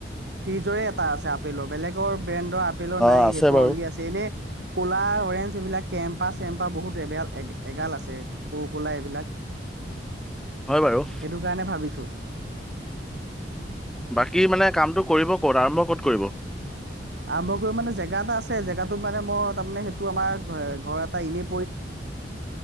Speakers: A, on the right; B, in the centre.
A: ফ্ৰিজৰে এটা আছে আপেলৰ বেলেগৰ ব্ৰেণ্ডৰ প
B: অ
A: নাই
B: আছে
A: সেইটোলি
B: বাৰু
A: এনেই ক'লা অৰেঞ্জ এইবিলাক কেম্পা চেম্পা বহুত এবাল এ এগাল আছে কো এইবিলাক
B: হয় বাৰু
A: সেইটো কাৰণে ভাবিছো
B: বাকী মানে কামটো কৰিব ক'ত আৰম্ভ ক'ত কৰিব
A: আৰম্ভ কৰি মানে জেগা এটা আছে জেগাটো মানে মই তাৰমানে সেইটো আমাৰ ঘ এটা এনেই